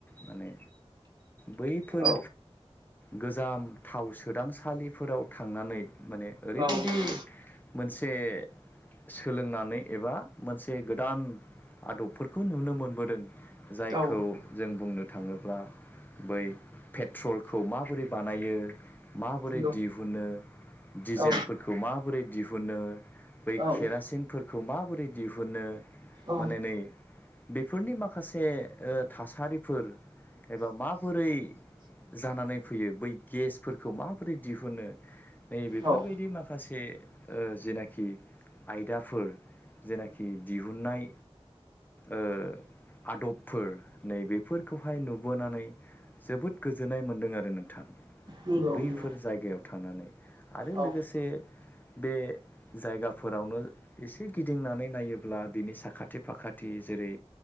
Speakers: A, on the left (about 15°); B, on the right (about 45°).
A: माने बैफोर
B: औ
A: गोजाम थाव सोदांसालिफोराव थांनानै माने ओरैबायदि
B: औ
A: मोनसे सोलोंनानै एबा मोनसे गोदान आदबफोरखौ नुनो मोनबोदों जायखौ
B: औ
A: जों बुंनो थाङोब्ला बै पेट्रलखौ माबोरै बानायो माबोरै
B: नंगौ
A: दिहुनो दिजेलफोरखौ
B: औ
A: माबोरै दिहुनो बै
B: औ
A: केरासिनफोरखौ माबोरै दिहुनो
B: औ
A: माने नै बेफोरनि माखासे ओ थासारिफोर एबा माबोरै जानानै फैयो बै गेसफोरखौ माबोरै दिहुनो नै बेफोरबायदि
B: औ
A: माखासे ओ जेनाखि आयदाफोर जेनाखि दिहुननाय ओ आदबफोर नैबेफोरखौहाय नुबोनानै जोबोद गोजोननाय मोन्दों आरो नोंथां
B: नंगौ <inaudible>
A: बेफोर जायगायाव थांनानै आरो
B: औ
A: लोगोसे बे जायगाफोरावनो एसे गिदिंनानै नायोब्ला बिनि साखाथि फाखाथि जों जेरै